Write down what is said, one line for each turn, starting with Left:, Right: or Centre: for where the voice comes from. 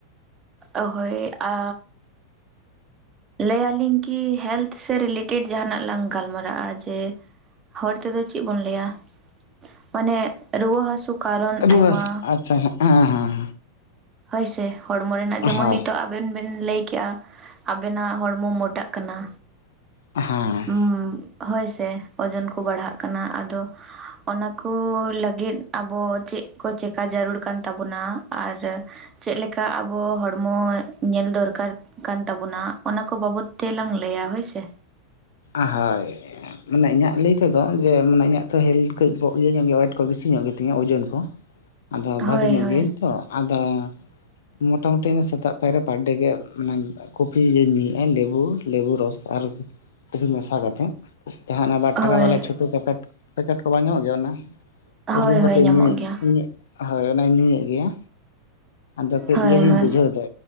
Right: ᱚᱦᱳᱭ ᱟᱹᱻ ᱞᱟᱹᱭ ᱟᱹᱞᱤᱧ ᱠᱤ ᱦᱮᱞᱛᱷ ᱥᱮ ᱨᱤᱞᱮᱴᱮᱰ ᱡᱟᱦᱱᱟᱜ ᱞᱟᱝ ᱜᱟᱞᱢᱟᱨᱟᱜᱼᱟ ᱡᱮ ᱦᱚᱲ ᱛᱮᱫᱚ ᱪᱮᱫ ᱵᱚᱱ ᱞᱟᱹᱭᱟ ᱢᱟᱱᱮ ᱨᱩᱣᱟᱹ ᱦᱟᱹᱥᱩ ᱠᱟᱨᱚᱱ
Left: ᱨᱩᱣᱟᱹ
Right: ᱟᱭᱢᱟ
Left: ᱦᱟᱥᱩ, ᱟᱪᱪᱷᱟ ᱦᱮᱸ ᱦᱮᱸ ᱦᱮᱸ
Right: ᱦᱳᱭᱥᱮ ᱦᱚᱲᱢᱚ ᱨᱮᱱᱟᱜ
Left: ᱦᱳᱭ
Right: ᱡᱮᱢᱚᱱ ᱱᱤᱛᱚᱜ ᱟ ᱟᱵᱮᱱ ᱵᱮᱱ ᱞᱟᱹᱭᱠᱮᱜᱼᱟ ᱟᱵᱮᱱᱟᱜ ᱦᱚᱲᱢᱚ ᱢᱚᱴᱟᱜ ᱠᱟᱱᱟ
Left: ᱦᱮᱸ
Right: ᱦᱩᱸ, ᱦᱳᱭᱥᱮ ᱳᱡᱚᱱ ᱠᱚ ᱵᱟᱲᱦᱟᱜ ᱠᱟᱱᱟ ᱟᱫᱚ ᱚᱱᱟ ᱠᱚ ᱞᱟᱹᱜᱤᱫ ᱟᱵᱚ ᱪᱮᱫ ᱠᱚ ᱪᱮᱠᱟ ᱡᱟᱹᱨᱩᱲ ᱠᱟᱱ ᱛᱟᱵᱚᱱᱟ ᱟᱨ ᱪᱮᱫ ᱞᱮᱠᱟ ᱟᱵᱚ ᱦᱚᱲᱢᱚ ᱧᱮᱞ ᱫᱚᱨᱠᱟᱨ ᱠᱟᱱ ᱛᱟᱵᱚᱱᱟ ᱚᱱᱟ ᱠᱚ ᱵᱟᱵᱚᱛ ᱛᱮᱞᱟᱝ ᱞᱟᱹᱭᱟ ᱦᱳᱭᱥᱮ᱾
Left: ᱟᱦᱟᱭ ᱢᱟᱱᱮ ᱤᱧᱟᱹᱜ ᱞᱟᱹᱭ ᱛᱮᱫᱚ ᱡᱮ ᱢᱟᱱᱮ ᱤᱧᱟᱹᱜ ᱛᱚ ᱦᱮᱞᱛᱷ ᱠᱟᱹᱡ ᱫᱚ ᱤᱭᱟᱹ ᱧᱚᱜ ᱜᱮᱭᱟ ᱚᱭᱮᱴ ᱠᱚ ᱵᱮᱥᱤ ᱧᱚᱜ ᱜᱮᱛᱤᱧᱟ ᱳᱡᱚᱱ ᱠᱚ ᱟᱫᱚ ᱵᱷᱟᱹᱜᱮ
Right: ᱦᱳᱭ
Left: ᱧᱚᱜ
Right: ᱦᱳᱭ
Left: ᱜᱤᱭᱟᱹᱧ ᱛᱚ, ᱟᱫᱚ ᱢᱚᱴᱟᱢᱩᱴᱤ ᱥᱮᱛᱟᱜ ᱯᱟᱭᱨᱮ ᱯᱟᱨᱰᱮ ᱜᱮ ᱢᱟᱱᱮ ᱠᱚᱯᱷᱤ ᱞᱤᱧ ᱧᱩᱭᱮᱜᱼᱟ ᱞᱮᱵᱩ ᱞᱮᱵᱩ ᱨᱚᱥ ᱟᱨ ᱠᱚᱯᱷᱤ ᱢᱮᱥᱟ ᱠᱟᱛᱮᱫ, ᱦᱚᱜᱱᱚᱣᱟ ᱵᱟᱨ ᱴᱟᱠᱟ
Right: ᱦᱳᱭ
Left: ᱵᱟᱞᱟ ᱪᱷᱳᱴᱳ ᱯᱮᱠᱮᱴ ᱠᱚ ᱵᱟᱝ ᱧᱟᱢᱚᱜ ᱜᱮᱭᱟ, ᱚᱱᱟ
Right: ᱦᱳᱭ
Left: ᱩᱨᱩᱢ ᱠᱟᱛᱮ
Right: ᱦᱳᱭ ᱧᱟᱢᱚᱜ
Left: ᱧᱩᱭᱮᱫ
Right: ᱜᱮᱭᱟ
Left: ᱧᱩᱭᱮᱫ ᱦᱳᱭ ᱚᱱᱟᱧ ᱧᱩᱭᱮᱫ ᱜᱮᱭᱟ᱾ ᱟᱫᱚ ᱠᱟᱹᱡ
Right: ᱦᱳᱭ
Left: ᱤᱭᱟᱹ ᱜᱤᱧ
Right: ᱦᱳᱭ
Left: ᱵᱩᱡᱷᱟᱹᱣ ᱫᱟ᱾